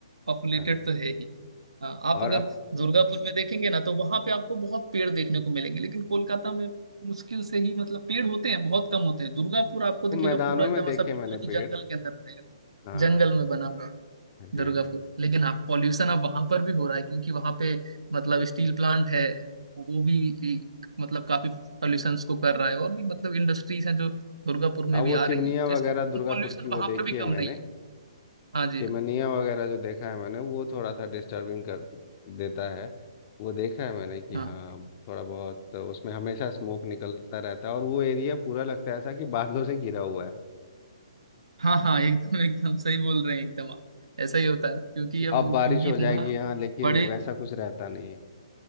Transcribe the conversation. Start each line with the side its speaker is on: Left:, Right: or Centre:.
Right: पॉपुलेटेड
Left: आपने। हाँ
Right: तो है ही हाँ, आप
Left: और
Right: अगर
Left: अब
Right: दुर्गापुर में देखेंगे ना तो वहां पे आपको बहुत पेड़ देखने को मिलेंगे लेकिन कोलकाता में मुश्किल से ही मतलब पेड़ होते हैं बहुत कम होते हैं दुर्गापुर आपको दिखेगा
Left: वो मैदानों
Right: पूरा एकदम
Left: में देखे
Right: ऐसा पेड़
Left: मैंने
Right: जो कि जंगल
Left: पेड़
Right: के अंदर बनेगा
Left: हाँ
Right: जंगल में बना हुआ
Left: जी
Right: दुर्गापुर
Left: जी
Right: लेकिन हाँ पॉल्यूशन अब वहां पर भी हो रहा है क्योंकि वहां पे मतलब स्टील प्लांट है वो भी एक, मतलब काफी पॉल्यूशन को कर रहा है और भी मतलब इंडस्ट्रीज हैं जो दुर्गापुर में
Left: अब
Right: भी
Left: वो
Right: आ रही
Left: चिमनियाँ
Right: हैं तो
Left: वगैरह
Right: इसके कारण
Left: दुर्गापुर
Right: पॉल्यूशन
Left: की वो
Right: वहां
Left: देखी
Right: पर भी
Left: है
Right: कम नहीं
Left: मैंने
Right: है हाँ जी
Left: चिमनिया वगैरह जो देखा है मैंने वो थोड़ा सा डिस्टर्बिंग कर देता है वो देखा है मैंने कि
Right: हाँ
Left: हाँ थोड़ा बहुत तो उसमें हमेशा स्मोक निकलता रहता है और वो एरिया पूरा लगता है ऐसा कि बादलों से घिरा हुआ है
Right: हाँ हाँ एकदम एकदम सही बोल रहे हैं एकदम आप ऐसा ही होता है क्योंकि
Left: कि
Right: अब
Left: अब बारिश
Right: क्योंकि
Left: हो
Right: इतना
Left: जाएगी यहाँ लेकिन
Right: बड़े
Left: वैसा कुछ रहता नहीं है